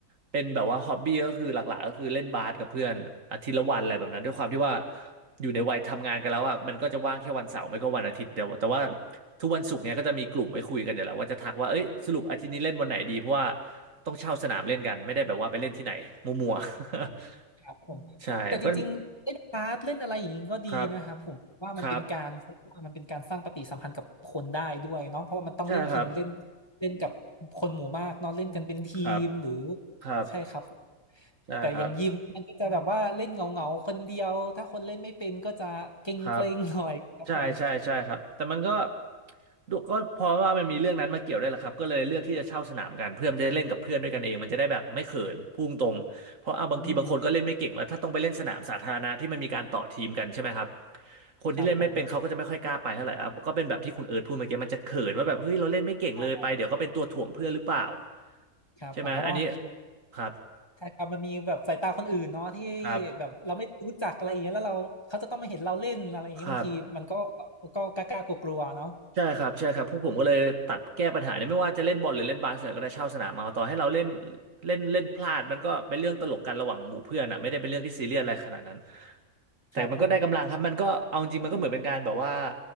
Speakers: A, on the right; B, on the left.
A: เป็นแบบว่าฮอบบี้ก็คือหลักๆก็คือเล่นบาสกับเพื่อนอาทิตย์ละวันอะไรแบบนั้นด้วยความที่ว่าอยู่ในวัยทำงานกันแล้วอ่ะมันก็จะว่างแค่วันเสาร์ไม่ก็วันอาทิตย์เดียวแต่ว่าทุกวันศุกร์เนี้ยก็จะมีกลุ่มไว้คุยกันเดี๋ยวแล้วว่าจะทักว่าเอ้ยสรุปอาทิตย์นี้เล่นวันไหนดีเพราะว่าต้องเช่าสนามเล่นกันไม่ได้แบบว่าไปเล่นที่ไหนมั่วๆ <laughs>
B: ครับผมแต่จริงๆเล่นบาสเล่นอะไรอย่างนี้ก็ดีนะครับผมว่ามันเป็นการเขาเรียกว่ามันเป็นการสร้างปฏิสัมพันธ์กับคนได้ด้วยเนาะเพราะว่ามันต้องเล่นทีหนึ่งเล่น
A: ใช่ก็ครับครับใช่ครับ
B: เล่นกับคนหมู่มากเนาะเล่นกันเป็นทีมหรือ
A: ครับครับ
B: ใช่ครับผม
A: ใช่ครับ
B: แต่อย่างยิมมันก็จะแบบว่าเล่นเงาเงาคนเดียวถ้าคนเล่นไม่เป็นก็จะเกร็งเกรงหน่อยครับผม
A: ครับ ใช่ใช่ใช่ครับแต่มันก็ดูก็เพราะว่ามันมีเรื่องนั้นมาเกี่ยวด้วยแหละครับก็เลยเลือกที่จะเช่าสนามกันเพื่อมันจะได้เล่นกับเพื่อนด้วยกันเองมันจะได้แบบไม่เขินพุ่งตรงเพราะเอาบางทีบางคนก็เล่นไม่เก่งแล้วถ้าต้องไปเล่นสนามสาธารณะที่มันมีการต่อทีมกันใช่ไหมครับ
B: อืม
A: คนที่เล่นไม่เป็นเขาก็จะไม่ค่อยกล้าไปเท่าไหร่อ่ะก็เป็นแบบที่คุณเอิร์ธพูดเมื่อกี้มันจะเขินว่าแบบเฮ้ยเราเล่นไม่เก่งเลยไปเดี๋ยวก็เป็นตัวถ่วงเพื่อนหรือเปล่า
B: ครับผมใช่ครับครับผมเพราะว่า
A: ใช่ไหมอันนี้ครับ
B: ใช่ครับมันมีแบบสายตาคนอื่นเนาะที่
A: ครับ
B: แบบเราไม่รู้จักอะไรอย่างเงี้ยแล้วเราเขาจะต้องมาเห็นเราเล่นอะไรอย่างเงี้ยบางทีมันก็
A: ครับ
B: ก็กล้ากลัวกลัวๆเนาะ
A: ใช่ครับใช่ครับพวกผมก็เลยตัดแก้ปัญหาเนี่ยไม่ว่าจะเล่นบอลหรือเล่นบาสเนี่ยก็ได้เช่าสนามมาต่อให้เราเล่นเล่นเล่นพลาดมันก็เป็นเรื่องตลกกันระหว่างหมู่เพื่อนอ่ะไม่ได้เป็นเรื่องที่ซีเรียสอะไรขนาดนั้นแต่มันก็ได้กำลังครับมันก็เอาจริงมันก็เหมือนเป็นการแบบว่า
B: ครับผม